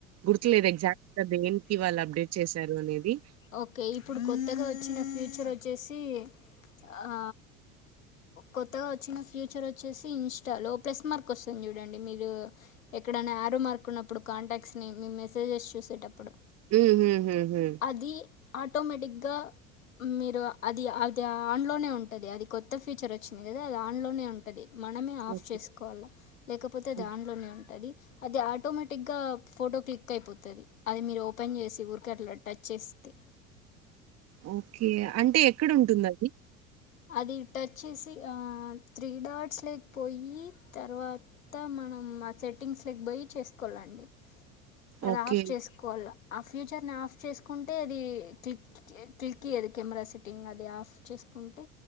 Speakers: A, on the right; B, on the left.
A: గుర్తులేదు ఎక్స్టేగా దేనికి
B: గా
A: వాళ్ళు అప్డేట్ చేశారు అనేది
B: ఓకే ఇప్పుడు కొత్తగా వచ్చిన ఫ్యూచర్ వచ్చేసి ఆ కొత్తగా వచ్చిన ఫ్యూచర్ వచ్చేసి ఇన్స్టాలో ప్లస్ మార్క్ వస్తుంది చూడండి మీరు ఎక్కడన్నా యారో మార్కున్నప్పుడు కాంటాక్ట్స్ మీ మెసేజెస్ చూసేటప్పుడు
A: ఉహు హు హు
B: అది ఆటోమేటిక్గా మీరు అది అది ఆన్ లోనే ఉంటది అది కొత్త ఫ్యూచర్ వచ్చింది కదా అది ఆన్ లోనే ఉంటది మనమే ఆఫ్
A: ఓకే.
B: చేసుకోవల్ల లేకపోతే అది
A: హ్మ్.
B: ఆన్ లోనే ఉంటది అది ఆటోమేటిక్ గా ఫోటో క్లిక్ అయిపోతది అది మీరు ఓపెన్ చేసి ఊరికే అట్ల టచ్ చేస్తే
A: ఓకే అంటే ఎక్కడ ఉంటుంది అది
B: అది టచ్ చేసి ఆ త్రీ డాట్స్ లేకపోయి తర్వాత మనం మా సెట్టింగ్స్ లోకి పోయి చేసుకోవాలండి అది
A: ఓకే.
B: ఆఫ్ చేసుకోవాలి ఆ ఫ్యూచర్ ని ఆఫ్ చేసుకుంటే అది క్లిక్ క్లిక్ ఇయదు కెమెరా సెట్ టింగ్ అది ఆఫ్ చేసుకుంటే